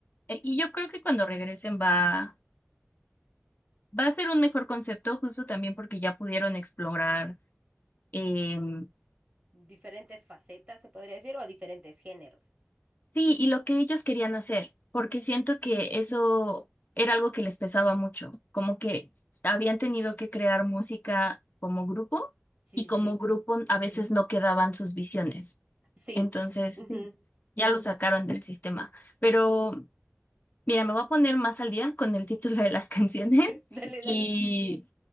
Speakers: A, on the left; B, on the right.
A: e- y yo creo que cuando regresen va va a ser un mejor concepto justo también porque ya pudieron explorar em,
B: Diferentes facetas, se podría decir, o diferentes géneros.
A: Sí, y lo que ellos querían hacer, porque siento que eso era algo que les pesaba mucho, como que habían tenido que crear música como grupo
B: Sí,
A: y como
B: sí, sí.
A: grupo a veces no quedaban sus visiones.
B: Sí.
A: Entonces,
B: Ujú.
A: Sí. ya lo sacaron del sistema. Pero mira, me voy a poner más al día con el título de las <laughs> canciones
B: Dale,
A: y,
B: dale,